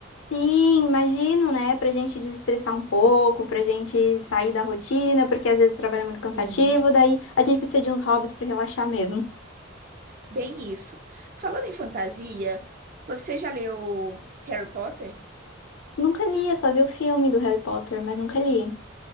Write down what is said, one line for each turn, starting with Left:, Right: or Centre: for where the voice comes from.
Left: Sim, imagino, né, pra gente desestressar um pouco, pra gente sair da rotina, porque às vezes o trabalho é muito cansativo,
Right: Sim,
Left: daí a gente precisa de uns hobbies pra relaxar mesmo.
Right: bem isso. Falando em fantasia, você já leu Harry Potter?
Left: Nunca li, eu só vi o filme do Harry Potter, mas nunca li.